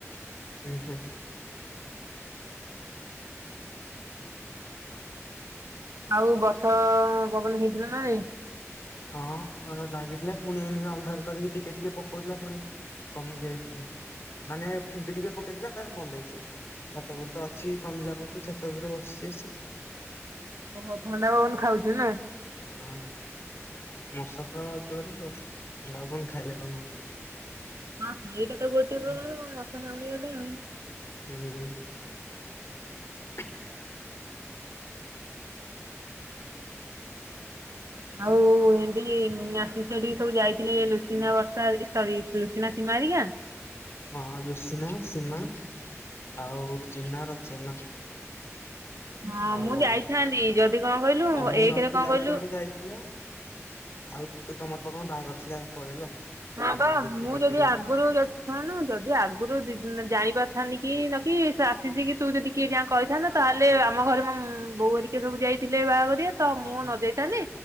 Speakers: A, on the left; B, on the right.
A: <inaudible>
B: ଆଉ ବର୍ଷାପବନ ହେଇଥିଲା ନା
A: ହଁ ଲାଗିଥିଲା ପୁଣି ଏଇନେ ଅନ୍ଧାର କରିକି ଟିକେ ଟିକେ ପକଉଥିଲା ପୁଣି କମି ଯାଇଛି ମାନେ ଫିମ୍ପି ଟିକେ ପକେଇଥିଲା ତାପରେ ବନ୍ଦ ହେଇଗଲା ଛାତଉପରେ ତ ଅଛି କମିଲାପଟୁ ଛାତ ଉପର ବସିଛି ଆସିକି
B: ଓହୋ ଥଣ୍ଡାପବନ ଖାଉଛି ନା
A: ହଁ ମଶା ତ ଜୋରେ ଆଉ ଖାଇଲେ କଣ ହବ
B: ହଁ ସେ ଏଇଟା ତ ଗୋଟି ମଶା କାମୁଡି ବା ପାଇଁ
A: ହୁଁ ହୁଁ <inaudible>
B: ଆଉ ଏମତି ସେଠି ସବୁ ଯାଇଥିଲେ ଲୁସିନା ବର୍ଷା ସରି <inaudible> ମାଡିଆ
A: ହଁ ଲୁସିନା ସୀମା ଆଉ ଜିନା ରଚନା
B: ହଁ
A: ଆଉ
B: ମୁଁ ଯାଇଥାନ୍ତି ଯଦି କ'ଣ କହିଲୁ
A: ଅମି
B: ଏକରେ
A: ନଥିଲା
B: କ'ଣ କହିଲୁ
A: କୁଆଡେ ଯାଇଥିଲା ଆଉ ତମର ପାଖ କଣ ବାହାଘରଥିଲା ଥିଲା ପଳେଇଲ
B: ହଁ
A: ତମେ
B: ବା ମୁଁ
A: ଅର୍ପିତାକୁ
B: ଯଦି ଆଗରୁ ଶୁଣନୁ ଯଦି ଆଗରୁ ଜାଣିବା ଥାନି କି ନକି ସେ ଆସିଛି କି ତୁ ଯଦି କିଏ ଯା କହିଥାନ୍ତା ତାହେଲେ ଆମ ଘରେ ମୋ ବୋଉ ହେରିକା ସବୁ ଯାଇ ଇଏ ଥିଲେ ବାହାଘରିଆ ତ ମୁଁ
A: ହୁଁ
B: ନ ଯାଇଥାନ୍ତିି